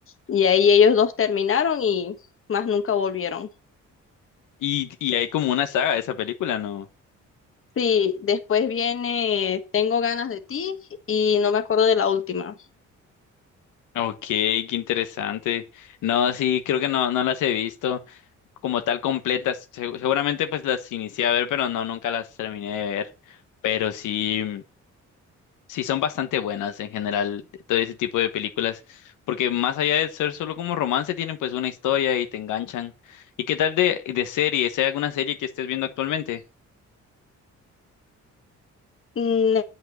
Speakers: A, on the left (about 45°); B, on the left (about 85°).
A: Y ahí ellos dos terminaron y más nunca volvieron.
B: Y, y hay como una saga de esa película, ¿no?
A: Sí, después viene Tengo ganas de ti y no me acuerdo de la última.
B: Ok, qué interesante. No, sí, creo que no, no las he visto como tal completas. Se- seguramente pues las inicié a ver, pero no, nunca las terminé de ver. Pero sí. Sí, son bastante buenas en general todo ese tipo de películas, porque más allá de ser solo como romance, tienen pues una historia y te enganchan. ¿Y qué tal de, de series? ¿Hay alguna serie que estés viendo actualmente?
A: Mm,